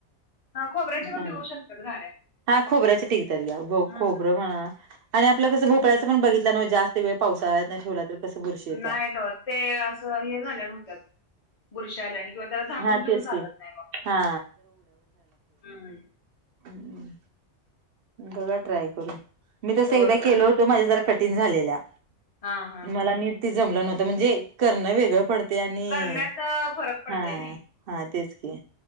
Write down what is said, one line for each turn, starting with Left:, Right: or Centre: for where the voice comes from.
Left: खोबऱ्याचे पण
Right: चांगलं
Left: टिकू शकतात. घाऱ्या.
Right: हा खोबऱ्याचे टिकतात. ग्या
Left: हम्म
Right: खोबरं म्हणा, आणि आपलं कसं भोपळ्याचं पण बघित जास्त वेळ पावसाळ्यात नाही ठेवला तर कसं बुरशी येत्या.
Left: नाहीत होत. ते असं हे झाल्यावनी व्हत्यात. बुरश्या आल्यावणि. किंवा त्याला झाकून
Right: हा
Left: ठेऊन
Right: तेच
Left: चालत
Right: की
Left: नाही मग.
Right: हा
Left: हम्म.
Right: हम्म. बघा ट्राय करून. मी तस
Left: होय
Right: एकदा
Left: होय
Right: केलो होतो, माझ्या जरा कठीण झालेल्या.
Left: हा हा
Right: मला नीट जमलं नव्हतं. म्हणजे, करण वेगळं पडत ते आणि
Left: करण्याचा फरक पडतोय
Right: हा,
Left: नाही.
Right: हा. तेच की.